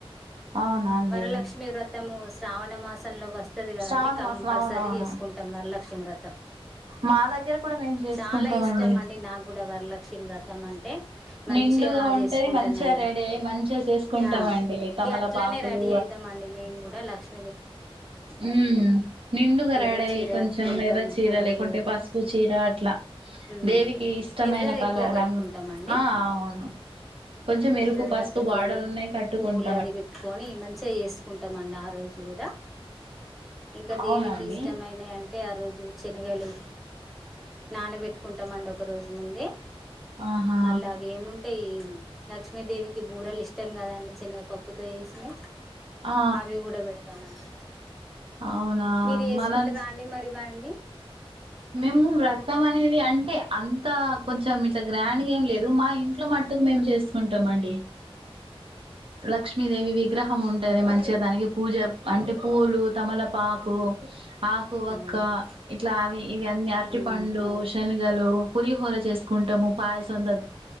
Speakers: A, on the right (about 65°); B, in the centre.
A: అవునండి
B: వరలక్ష్మి వ్ర తము శ్రావణ మాసంలో వస్ వస్తది కదండి
A: శ్రావణ
B: కంపల్సరీ
A: మాసం అవునవును
B: చేసుకుంటాం వరలక్షమి వ్రతం
A: మా దగ్గర కూడా మేము చేసుకుంటామండి
B: చాలా ఇష్టం అండి నాకు కూడా వరలక్ష్మి వ్రతం అన్ టె మంచిగా
A: నిండుగా ఉంటది
B: చేసుకుంటానండి
A: మంచిగా రెడీ అయి మంచిగా చేసుకుంటామండి
B: ఆ
A: తమలపాకులు
B: ఇగ అట్లనే రెడి డీ అయితాం మేం కూడా లక్ష్మ్
A: మ్మ్ నిండుగరాడే
B: ఎర్ర చీర
A: కొంచెం
B: కట్టుకుంటాం
A: ఎర్ర చీర
B: పువ్వులు
A: లేకొంటే పస్ పు చీర అట్లా
B: ఉమ్
A: దేవికి ఇష్టమైన
B: ఎర్రది
A: కళ
B: ఎక్కువ కట్టుకుంటాం
A: రంగు
B: అండి
A: ఆ అవును కొంచెం ఎరుపు
B: ఎర్రది
A: పసుపు
B: కట్టుకొని
A: బార్డలు ఉన్నాయి కట్టుకుంటామ
B: పువ్వులు అది పెట్టుకొని మంచిగా చేసుకుంటామండి ఆ రోజు కూడా ఇంకా
A: అవునా
B: దేవికి
A: అండి
B: ఇష్టమైన యంటే ఆ రోజు చె శనిగలు నానబెట్టుకుంటామండి ఒక రోజు ముందే
A: ఆహా
B: మళ్ళా అవేమున్ టే ఈ లక్ష్మీదేవికి బూరలు ఇష్టం కదాండి చనగ పప్పుతో చేసినయి
A: ఆ
B: అవి కూడా పెడతామండి
A: అవునా
B: మీరు చేసుకుంటారా
A: మనన్
B: అండి మరి ఇవన్ని
A: మేము వ్రతం అనేది అంటే అంత కొంచెం ఇట్లా గ్రాండ్గా ఏం లేదు మా ఇంట్లో మట్టు మేము చేసుకుంటామ్ అండి లక్ష్మీదేవి విగ్రహం ఉంటది
B: ఉమ్,
A: మంచిగా దానికి పూజ అంటే పూలు తమలపాకు ఆకువక్క
B: అవునండి
A: ఇట్లా అవి ఇవి అన్నీ అరటి
B: ఉమ్
A: పండు దొ శనిగలు పులిహోర చేసుకుంటాము పాయసం దద్